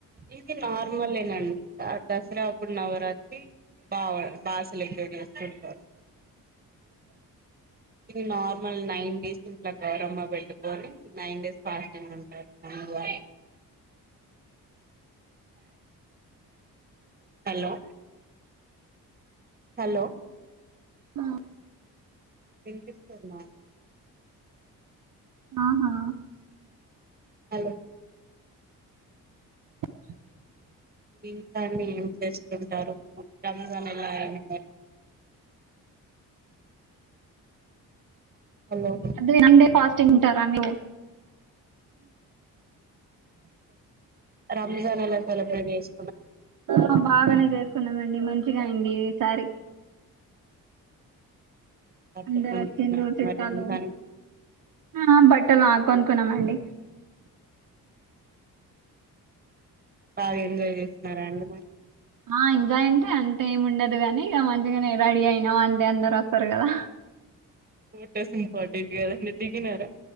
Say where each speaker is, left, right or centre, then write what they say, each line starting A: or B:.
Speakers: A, on the right; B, on the right.
A: ఇది నార్మలేనండి ఆ దసరా అప్పుడు నవరాత్రి బావ్ బా సెలబ్రేట్ చేసుంటారు
B: <inaudible>
A: ఇది నార్మల్ నైన్ డేస్ ఇంట్లో గౌరమ్మా పెట్టుకొని నైన్ డేస్ ఫాస్టింగ్ ఉంటారు <unintelligible> హలో హలో
B: ఆ
A: వినిపిస్తుందాండి
B: ఆహా
A: హలో
B: <inaudible>
A: ఇంకాండి ఎం చేస్తూ ఉంటారు రంజాన్ ఎలా అయింది మరి హలో
B: అదే నైన్ ఫాస్టింగ్ంటారా మీరు
A: రంజాన్ ఎలా సెలబ్రేట్ చేస్
B: ఆ బాగనే చేసుకున్నామండి మంచిగ అయింది ఈ సారి
A: బట్టలు
B: అందరు
A: కొన్నుకున్నారా
B: వచ్చిండ్రు చుట్టాలు
A: మరి రంజాన్ కీ
B: ఆ బట్టలు ఆ కొనుకున్నమండి
A: బాగా ఎంజాయ్ చేస్తున్నర అండి మీరు
B: ఆ ఎంజాయ్ అంటే అంత ఎం ఉండదుగాని ఇగ మంచిగనే రెడీ అయినాం అంతే అందరు వస్తరు గదా
A: ఫోటోస్ ఇంపార్టెంట్ కద మీరు దిగినరా